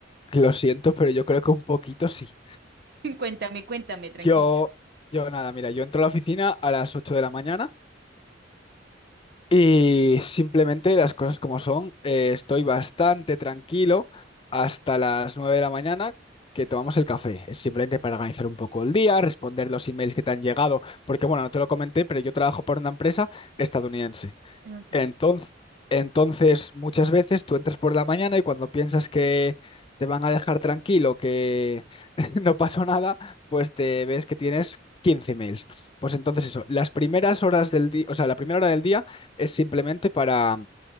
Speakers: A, on the left; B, on the right.
A: lo siento, pero yo creo que un poquito sí.
B: Cuéntame, cuéntame, tranquilo.
A: Yo, yo nada, mira, yo entro a la oficina a las 8 de la mañana y simplemente las cosas como son, eh, estoy bastante tranquilo hasta las 9 de la mañana que tomamos el café. Es simplemente para organizar un poco el día, responder los emails que te han llegado, porque bueno, no te lo comenté, pero yo trabajo para una empresa estadounidense.
B: Ok.
A: Entonces, entonces, muchas veces tú entras por la mañana y cuando piensas que te van a dejar tranquilo, que <laughs> no pasó nada, pues te ves que tienes 15 mails. Pues entonces eso, las primeras horas del día, o sea, la primera hora del día es simplemente para,